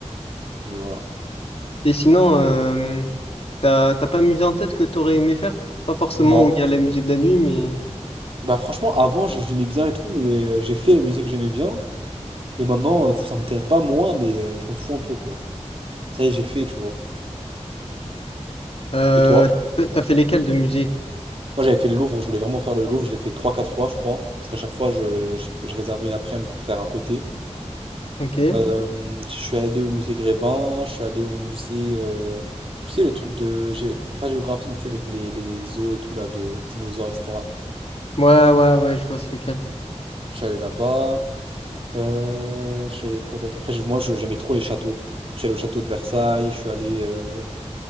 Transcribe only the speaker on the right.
mais voilà.
Non.
Bah franchement, avant, je- j'aimais bien et tout, mais euh, j'ai fait les musique que j'aimais bien, et maintenant, euh, ça m'intéresse pas moins, mais euh, je m'en fous un peu, quoi. Ça y est, j'ai fait, tu vois.
Et toi?
Moi, j'avais fait le Louvre, je voulais vraiment faire le Louvre, je l'ai fait trois quatre fois, je crois, parce qu'à chaque fois, je, je, je réservais une après-midi pour faire un côté.
Euh, je suis allé au musée Grévin, je suis allé au musée... euh, tu sais, le truc de... gé- Pas géographie, mais tu sais, avec les, les os et tout, là, de dinosaures, etc.
Je suis allé là-bas. Euh, je suis allé quoi d'autre? Après, je- moi, je- j'aimais trop les châteaux. Je suis allé au château de Versailles. Je suis allé. euh,